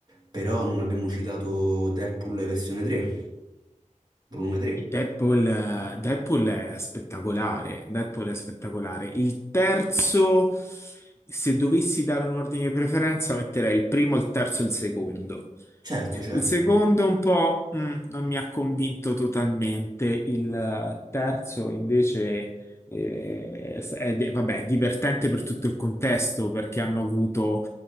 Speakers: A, on the right; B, on the left.
A: Però non abbiamo citato Deadpool versione 3, volume 3.
B: E Deadpool, eh, Deadpool è spettacolare. Deadpool è spettacolare. Il terzo, se dovessi dare un ordine di preferenza, metterei il primo, il terzo e il secondo.
A: Certo, certo.
B: Il secondo un po' mm, non mi ha convinto totalmente, il eh, terzo invece eh, è, de- vabbè, divertente per tutto il contesto perché hanno avuto